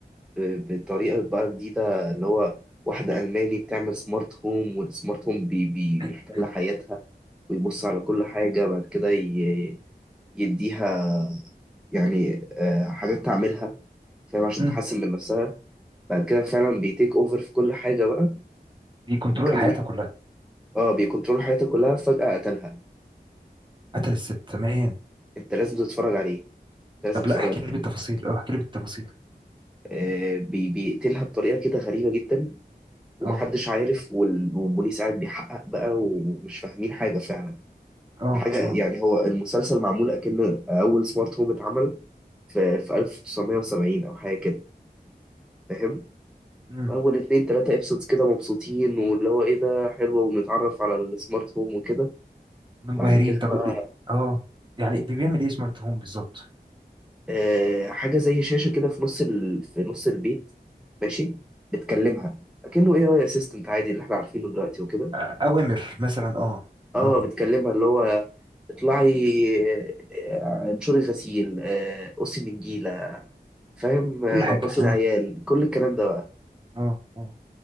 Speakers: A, in the centre; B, on the right.
A: ب... بطريقة بقى جديدة اللي هو واحدة ألماني بتعمل سمارت هوم والسمارت هوم بي... بي... بيحتل
B: <clears throat>
A: حياتها ويبص على كل حاجة بعد كده ي... يديها يعني آه، حاجات تعملها فاهم عشان
B: مم.
A: تحسن من نفسها بعد كده فعلا بيتيك اوفر في كل حاجة بقى
B: بيكنترول
A: ده كان
B: حياتها
A: يعني
B: كلها
A: اه بيكنترول حياتها كلها فجأة قتلها
B: قتل الست تمام
A: انت لازم تتفرج عليه انت لازم
B: طب
A: تتفرج
B: لا احكي
A: عليه
B: لي بالتفاصيل اه احكي لي بالتفاصيل
A: آه بي... بيقتلها بطريقة كده غريبة جدا ومحدش
B: اه
A: عارف وال- والبوليس قاعد بيحقق بقى ومش فاهمين حاجة فعلا
B: اه
A: حاجة
B: اه
A: يعني هو المسلسل معمول أكنه أول سمارت هوم اتعمل في في 1970 أو حاجة كده فاهم؟
B: مم.
A: أول اتنين تلاتة ابسودز كده مبسوطين واللي هو إيه ده حلوة ونتعرف على السمارت هوم وكده
B: منبهرين
A: بعد كده
B: طب
A: بقى
B: ليه؟ اه يعني بي- بيعمل ايه سمارت هوم بالظبط
A: آه حاجة زي شاشة كده في نص ال... في نص البيت ماشي بتكلمها أكنه AI أسيستنت عادي اللي إحنا عارفينه دلوقتي وكده
B: آه، اوامر مثلا اه
A: اه
B: اه
A: بتكلمها اللي هو اطلعي آه، انشري غسيل آه، قصي نجيلة فاهم آه،
B: كل
A: نضفي
B: حاجة
A: العيال
B: اه
A: كل الكلام ده بقى
B: اه اه